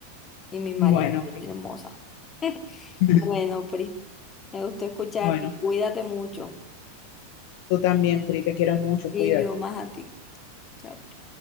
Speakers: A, on the left; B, on the left.
A: Y mi María
B: Bueno,
A: es
B: Pri.
A: bien hermosa.
B: <laughs>
A: Bueno, Pri, me gustó escucharte.
B: Bueno,
A: Cuídate mucho.
B: tú también, Pri, te quiero mucho,
A: Y
B: cuídate.
A: yo más a ti. Chao. pues.